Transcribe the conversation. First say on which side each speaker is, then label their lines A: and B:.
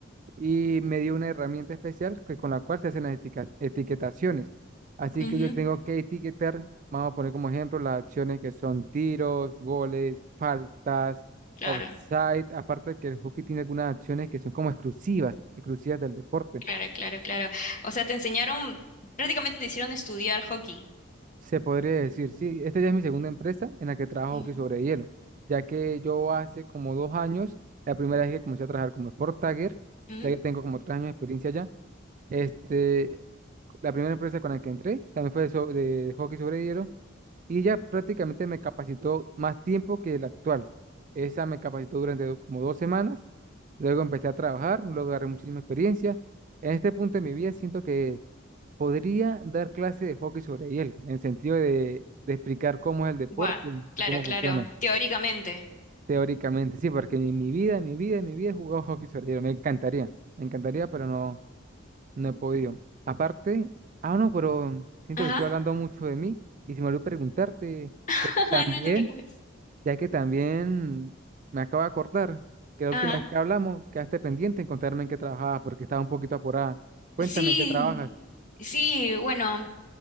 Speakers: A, on the right (about 40°); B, on the left (about 40°).
A: y me dio una herramienta especial que, con la cual se hacen las etica- etiquetaciones. Así
B: ujú,
A: que yo tengo que etiquetar, vamos a poner como ejemplo las acciones que son tiros, goles, faltas,
B: Claro,
A: offside, aparte que el hockey tiene algunas acciones que son como exclusivas, exclusivas del deporte.
B: claro, claro, claro. O sea, te enseñaron, prácticamente te hicieron estudiar hockey.
A: Se podría decir, sí, esta ya es mi segunda empresa en la que trabajo
B: Mm,
A: hockey sobre hielo, ya que yo hace como dos años, la primera vez que comencé a trabajar como sport tagger,
B: mm,
A: ya que tengo como tres años de experiencia ya, este, La primera empresa con la que entré también fue de, so- de hockey sobre hielo y ella prácticamente me capacitó más tiempo que la actual. Esa me capacitó durante do- como dos semanas, luego empecé a trabajar, luego agarré muchísima experiencia. En este punto de mi vida siento que podría dar clase de hockey sobre hielo, en el sentido de, de explicar cómo es el deporte
B: Guau, claro,
A: y cómo
B: claro,
A: funciona
B: teóricamente.
A: teóricamente. Sí, porque en mi vida, en mi vida, en mi vida he jugado hockey sobre hielo. Me encantaría, me encantaría, pero no. No he podido. Aparte, ah, no, pero siento
B: Ajá,
A: que estoy hablando mucho de mí y si me olvidó preguntarte,
B: <laughs>
A: ya que también,
B: no te preocupes.
A: ya que también me acabo de acordar que la
B: Ajá.
A: última vez que hablamos quedaste pendiente en contarme en qué trabajabas porque estaba un poquito apurada. Cuéntame
B: Sí,
A: en qué trabajas.
B: sí, bueno.